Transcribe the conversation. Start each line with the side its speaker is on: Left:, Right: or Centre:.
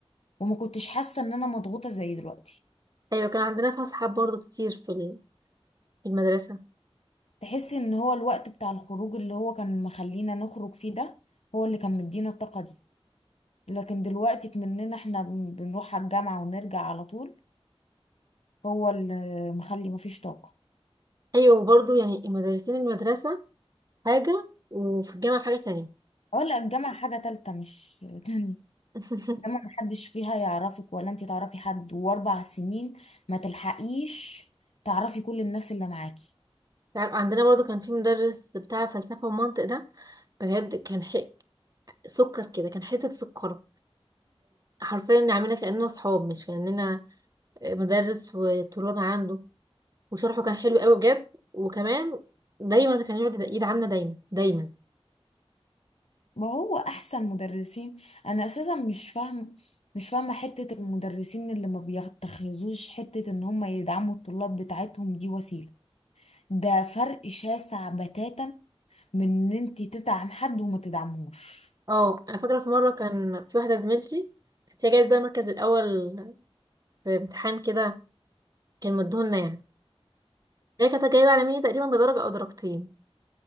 Left: وما كنتش حاسة ان انا مضغوطة زي دلوقتي
Right: ايوه كان عندنا في اصحاب برضو كتير في ال- في المدرسه
Left: تحس ان هو الوقت بتاع الخروج اللي هو كان مخلينا نخرج فيه ده هو اللي كان مدينا الطاقة دي لكن دلوقتي مننا احنا بن- بنروح على الجامعة ونرجع على طول هو اللي مخلي مفيش طاقة
Right: ايوه وبرضو يعني المدرسين المدرسه حاجه وفي الجامعه حاجه تانية
Left: ولا الجامعة حاجة تالتة مش <laughs> تانية
Right: <laughs>
Left: الجامعة محدش فيها يعرفك ولا انت تعرفي حد واربع سنين ما تلحقيش تعرفي كل الناس اللي معاكي
Right: تعرف عندنا برضو كان في مدرس بتاع فلسفه ومنطق ده بجد كان حق سكر كده كان حته سكر حرفيا نعملها كاننا اصحاب مش كاننا مدرس وطلاب عنده وشرحه كان حلو قوي بجد وكمان دايما كان يقعد ايد عامله دايما دايما
Left: ما هو احسن مدرسين انا اساسا مش فاهم مش فاهمه حته المدرسين اللي ما بيتخذوش حته ان هم يدعموا الطلاب بتاعتهم دي وسيله ده فرق شاسع بتاتا من ان انت تدعم حد وما تدعمهوش
Right: اه انا فاكره في مره كان في واحده زميلتي كانت هي جايبه بقى المركز الاول في امتحان كده كان مديهولنا يعني هي كانت جايبة على مني تقريبا بدرجة أو درجتين